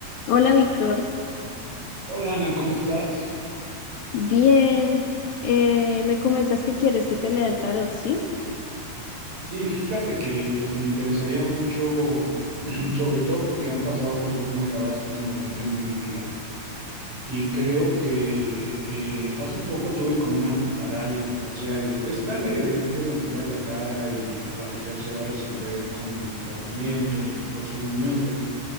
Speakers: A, on the left; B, on the right.
A: Hola, Víctor.
B: Hola Ana, ¿cómo estás?
A: Bien. Eh, me comentas que quieres que te lea el tarot, ¿sí?
B: Sí, fíjate que pues me interesaría mucho, <clears throat> sobre todo porque han pasado cosas muy raras últimamente en mi vida y creo que eh, hace poco tuve como una parálisis facial. Está leve, es de la mitad de la cara y al parecer se va a resolver con tratamiento y en los próximos meses,